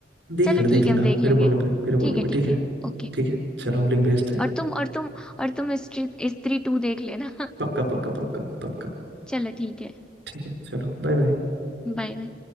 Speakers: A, on the right; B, in the centre.
A: देख
B: चलो
A: लेना देख
B: ठीक
A: लेना
B: है हम देख लेंगे
A: मेरे बोलने पे मेरे बोलने
B: ठीक है
A: पे
B: ठीक
A: ठीक है
B: है ओके
A: ठीक है चलो हम लिंक भेजते हैं
B: और तुम और तुम और तुम स्त्री स्त्री टू देख लेना <laughs>
A: पक्का पक्का पक्का पक्का
B: चलो ठीक है
A: ठीक है चलो बाय बाय
B: Bye bye